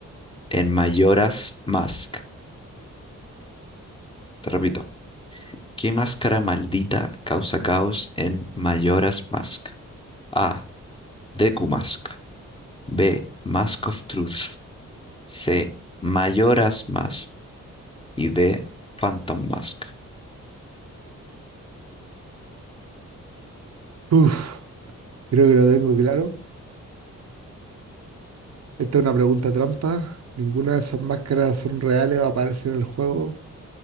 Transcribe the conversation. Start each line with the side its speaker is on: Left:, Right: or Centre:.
Left: en Mayoras Mask? Te repito. ¿Qué máscara maldita causa caos en Mayoras Mask? A. Deku Mask. B. Mask of Truth. C. Mayoras Mask. Y D. Phantom Mask.
Right: Uf, creo que lo tengo claro. Esta es una pregunta trampa. Ninguna de esas máscaras son reales o aparecen en el juego.